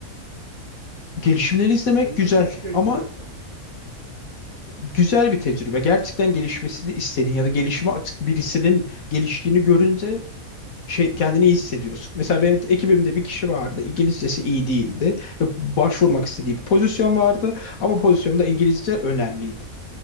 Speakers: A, on the left; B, on the right.
A: Gelişimleri izlemek
B: Yani
A: güzel
B: nasıl bir tecrübe?
A: ama güzel bir tecrübe. Gerçekten gelişmesini istediğin ya da gelişimi artık birisinin geliştiğini görünce şey kendini iyi hissediyorsun. Mesela benim ekibimde bir kişi vardı. İngilizcesi iyi değildi ve başvurmak istediği bir pozisyon vardı ama pozisyonda İngilizce önemliydi.